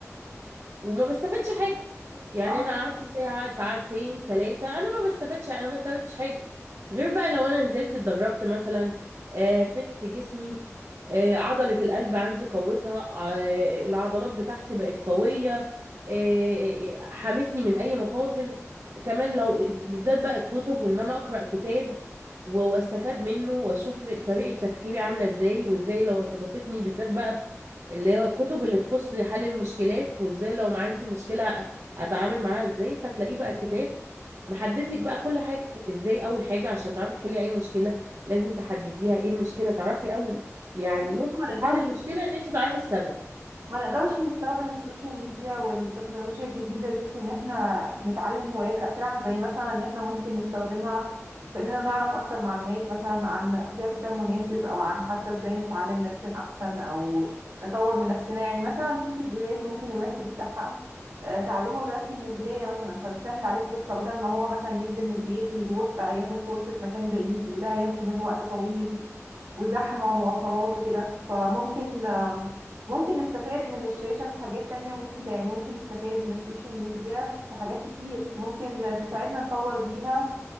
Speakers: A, on the right; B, on the right.
A: وما بستفادش حاجة يعني
B: اه
A: أنا قعدت ساعة ساعتين ثلاثة أنا ما بستفادش أنا ما بستفادش حاجة غير بقى لو أنا نزلت اتدربت مثلا آه فت جسمي آه عضلة القلب عندي قوتها آه العضلات بتاعتي بقت قوية آه آه، حمتني من أي مخاطر كمان لو بالذات بقى الكتب وإن أنا أقرأ كتاب و- واستفاد منه واشوف طريقة تفكيري عاملة ازاي وازاي لو استضافتني بالذات بقى اللي هو الكتب اللي تخص حل المشكلات وازاي لو ما عندي مشكلة اتعامل معاها ازاي فتلاقيه بقى كتاب محدد لك بقى كل حاجة ازاي اول حاجة عشان تعرفي تحلي اي مشكلة لازم تحدديها ايه المشكلة تعرفي اول يعني
B: بس
A: نص
B: ما نقدرش
A: حل المشكلة ان انت تعرفي السبب
B: ما نقدرش نستخدم السوشيال ميديا والتكنولوجيا الجديدة دي في إن إحنا نتعلم هوايات أسرع زي مثلا إن إحنا ممكن نستخدمها في إننا نعرف أكتر معلومات مثلا عن اختيار كتاب مناسب أو عن حتى إزاي نتعلم نرسم أحسن أو نطور من نفسنا يعني مثلا في فيديوهات ممكن الواحد يفتحها آه، تعلمه الرسم من البداية مثلا فتسهل عليه القصة بدل ما هو مثلا ينزل من البيت ويروح بقى ياخد كورس في مكان بعيد وده هياخد منه وقت طويل وزحمة ومواصلات وكده فممكن آم، ممكن نستفاد من الشاشة في حاجات تانية مفيدة يعني ممكن نستفاد من السوشيال ميديا في حاجات كتير ممكن تساعدنا نطور بيها